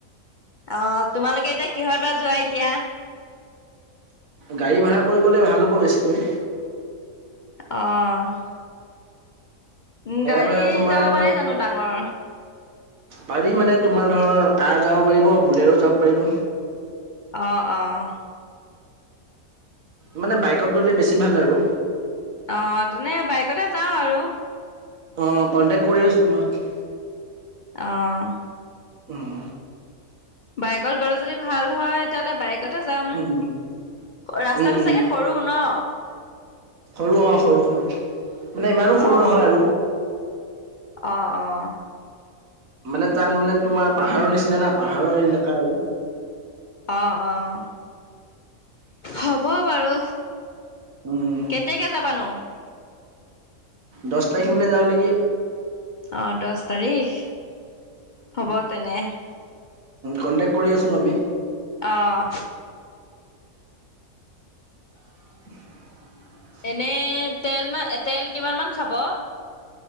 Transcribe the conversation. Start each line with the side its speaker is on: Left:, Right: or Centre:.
Left: অ', তোমালোকে এতিয়া কিহত বা যোৱা এতিয়া?
Right: গাড়ী ভাড়া কৰি গ'লে ভাল হ'ব বেছিকৈ।
Left: অ'। উ, গাড়ী
Right: ভাড়া তোমাৰ
Left: যাব পাৰে জানো ডাঙৰ?
Right: পাৰি মানে তোমাৰ ধৰ কাৰ যাব পাৰিব বুলেৰো যাব পাৰিব।
Left: অ', অ'।
Right: মানে বাইকত গ'লে বেছি ভাল আৰু।
Left: অ', তেনে বাইকতে যাওঁ আৰু।
Right: অ', কণ্টেক্ট কৰি আছোঁ মাক
Left: অ'।
Right: উম।
Left: বাইক গ'লে যদি ভাল হয় তেতিয়াহ'লে বাইকতে যাম।
Right: উম
Left: ৰাস্তাটো
Right: উম উম
Left: চাগে সৰু ন'।
Right: সৰু অ', সৰু সৰু মানে ইমানো
Left: অ',
Right: সৰু নহয় আৰু।
Left: অ', অ'।
Right: মানে তাত মানে তোমাৰ পাহাৰৰ নিচিনা না পাহাৰৰ এলেকা আৰু।
Left: অ', অ', হ'ব বাৰু।
Right: উম।
Left: কেতিয়াকে যাবা নো?
Right: দহ তাৰিখ মানে যাওঁ নেকি?
Left: অ', দহ তাৰিখ হ'ব তেনে।
Right: কণ্টেক্ট কৰি আছোঁ আমি।
Left: অ'।
Right: <inaudible>
Left: এনেই তেল ম তেল কিমান মান খাব?